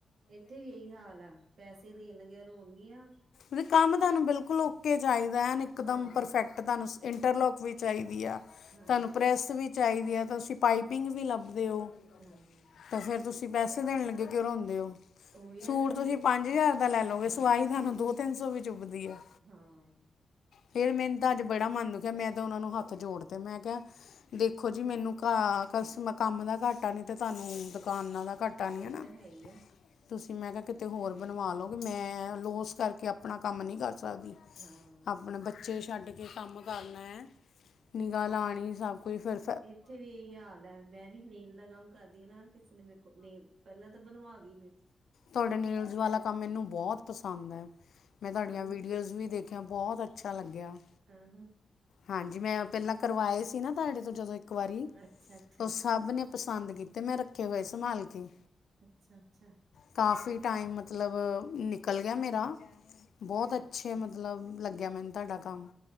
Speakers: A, on the right; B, on the left.
A: ਏਤੇ ਵੀ ਏਈ ਹਾਲ ਆ ਪੈਸੇ ਦੇਣ ਲੱਗੇਆ ਰੋਣਗੀਆਂ
B: ਵੀ ਕੰਮ ਧਾਨੂੰ ਬੇਲਕੁਲ ਓਕੇ ਚਾਈਦਾ ਐ ਏਕਦਮ
A: ਹਾਂ
B: ਪਰਫੈ ਧਾਨੂੰ ਈਟਰਲੋਕ ਵੀ ਚਾਈਦੀ ਆ
A: ਹਾਂ
B: ਧਾਨੂੰ ਪ੍ਰੈੱਸ ਵੀ ਚਾਈਦੀ ਆ ਤਾਂ ਧਾਸੀਂ ਪਾਈਪਿੰਗ ਵੀ ਲਾ ਤੇ ਓ
A: ਹਾਂ
B: ਤਾਂ ਫੇਰ ਤੁਸੀਂ ਪੈਸੇ ਦੇਣ ਲੱਗੇ ਕੇਉ ਰੋਂਦੇ ਓ।
A: ਉਹੀ
B: ਸੂਟ
A: ਨਾ ਇਹਨਾਂ ਨੂੰ
B: ਤੁਸੀਂ ਪੰਜ ਹਜ਼ਾਰ ਦਾ ਲੈ ਲੋਂਗੇ
A: ਹਾਂ
B: ਸਵਾਈ ਤਹਾਨੂੰ ਦੋ-ਤੇਨ ਸੌ ਵਿੱਚ ਚੁਬਦੀ ਆ।
A: ਹਾਂ।
B: ਫੇਰ ਮੈਂ ਤਾਂ ਅੱਜ ਬੜਾ ਮਨ ਦੁਖੇਆ ਮੈਂ ਤਾਂ ਓਨਾਂ ਨੂੰ ਹੱਥ ਜੋੜ ਤੇ ਮੈਂ ਕੇਆ ਦੇਖੋ ਜੀ ਮੇਨੂੰ ਕਾ ਕਸਮ ਕੰਮ ਦਾ ਘਾਟਾ ਨੀ ਤੇ ਧਾਨੂੰ ਦੁਕਾਨਾਂ ਦਾ ਘਾਟਾ ਨੀ
A: ਉਹ
B: ਐ ਨਾ।
A: ਤਾਂ ਹੈ ਹੀ ਆ
B: ਤੁਸੀਂ ਮੈਂ ਕੇਆ ਕੀਤੇ ਹੋਰ ਬਣਵਾ ਲੋਗੇ ਮੈਂ ਲੋਸ ਕਰ ਕੇ ਅਪਣਾ ਕੰਮ ਨੀ ਕਰ ਸਕਦੀ,
A: ਹਾਂ
B: ਅਪਣੇ ਬੱਚੇ ਛੱਡ ਕੇ ਕੰਮ ਕਰਨਾ ਐ, ਨੀਗਾ ਲਾਣੀ ਸਭ ਕੁਛ ਫੇਰ
A: ਏਥੇ ਵੀ ਏਈ ਹਾਲ ਏ ਮੈਂ ਵੀ ਨੇਲ ਦਾ ਕੰਮ ਕਰਦੀ ਆ ਨਾ ਕੀਸੇ ਨੇ ਮੇਰੇ ਕੋ ਨੇਲ ਪੈਲਾਂ ਤਾਂ ਬਣਵਾ ਗੀ
B: ਤੁਹਾਡਾ ਨੇਲਜ ਵਾਲਾ ਕੰਮ ਮੇਨੂੰ ਬੌਤ ਪਸੰਦ ਐ। ਮੈਂ
A: ਪਸੰਦ
B: ਧਾਡੀਆਂ ਵੀਡੀਓਜ਼ ਵੀ ਦੇਖੀਆਂ ਬਹੌਤ ਅੱਛਾ ਲੱਗੇਆ।
A: ਆ ਹਾਂ।
B: ਹਾਂਜੀ ਮੈਂ ਪੈਲਾਂ ਕਰਵਾਏ ਸੀ ਨਾ, ਧਾਡੇ ਤੋਂ ਜਦੋਂ ਏਕ ਵਾਰੀ,
A: ਅੱਛਾ ਅੱਛਾ
B: ਓਸ ਸਭ ਨੇ ਪਸੰਦ ਕੀਤੇ ਮੈ ਰਾ
A: <inaudible>
B: ਸੰਮਾਲ ਕੇ
A: ਅੱਛਾ ਅੱਛਾ
B: ਕਾਫੀ
A: ਠੀਕ
B: ਟਾਈਮ ਮ ਮਤਲਵ ਨੀਕਲ ਗੇਆ ਮੇਰਾ ਬੌਤ ਅੱਛੇ
A: ਅੱਛਾ
B: ਮਤਲਵ ਲਗੇਆ ਮੇਨੂੰ ਤੁਹਾਡਾ ਕੰਮ।